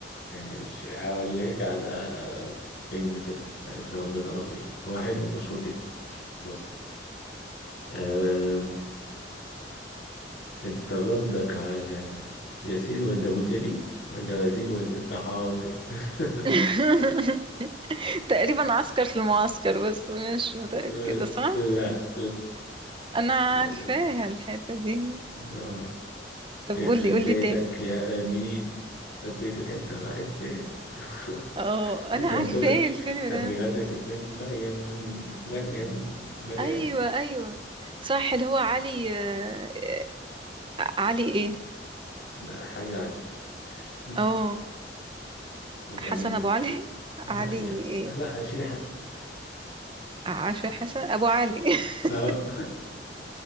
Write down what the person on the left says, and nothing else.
ماشي هقول لك على فيلم كده مش عارف يا رب تعرف ايه هو حلو ومشهور جدا بص آه، انت قصدك على ياسين ولد ابو جليل ولا ياسين ولد الطحاوي <laughs>
آه،
لا
لا
آه.
يخرب
بيتك
يا امين اديت الحته راحت فين <laughs>
كان
طلع
كان
بيغني في الفيلم مريم مريم مريم
لا حاجه علي <laughs>
يبقى
مين
لا
يا
لا شيلي حسن
<laughs> اه